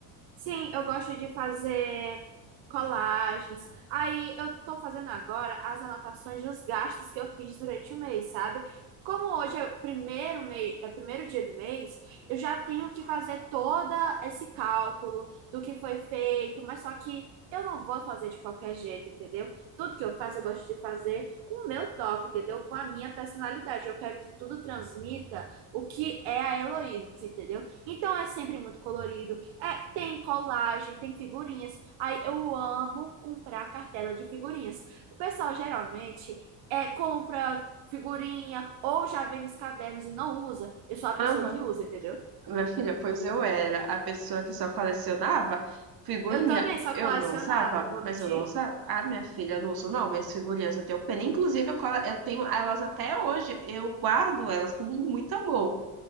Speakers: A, on the right; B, on the right.
A: Sim, eu gosto de fazer colagens. Aí eu tô fazendo agora as anotações dos gastos que eu fiz durante o mês, sabe? Como hoje é o primeiro mês, é o primeiro dia do mês, eu já tenho que fazer todo esse cálculo do que foi feito, mas só que eu não vou fazer de qualquer jeito, entendeu? Tudo que eu faço, eu gosto de fazer com o meu toque, entendeu? Com a minha personalidade. Eu quero que tudo transmita o que é a Heloísa, entendeu? Então é sempre muito colorido. É, tem colagem, tem figurinhas. Aí eu amo comprar cartela de figurinhas. O pessoal geralmente é, compra figurinha ou já vem nos cadernos e não usa. Eu sou a pessoa
B: Aham.
A: que usa, entendeu?
B: Minha filha, pois eu era a pessoa que só colecionava figurinha.
A: Eu também só
B: Eu
A: colecionava,
B: não usava,
A: não vou
B: mas
A: mentir.
B: eu não usava. Ah, minha filha, eu não uso não, mas figurinhas eu tenho pena. Inclusive, eu, cole- eu tenho elas até hoje. Eu guardo elas com muito amor.